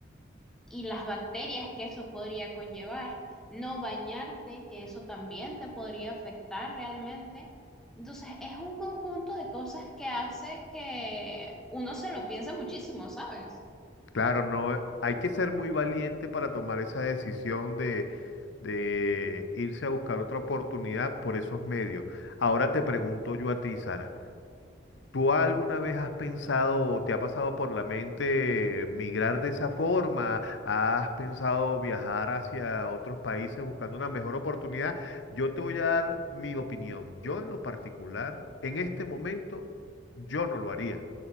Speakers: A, in the centre; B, on the left (about 80°).
A: y las bacterias que eso podría conllevar, no bañarte, que eso también te podría afectar realmente. Entonces, es un conjunto de cosas que hace que uno se lo piense muchísimo, ¿sabes?
B: Claro, no, eh, hay que ser muy valiente para tomar esa decisión de, de irse a buscar otra oportunidad por esos medios. Ahora te pregunto yo a ti, Sara, ¿tú alguna vez has pensado o te ha pasado por la mente migrar de esa forma? ¿Has pensado viajar hacia otros países buscando una mejor oportunidad? Yo te voy a dar mi opinión. Yo en lo particular, en este momento, yo no lo haría.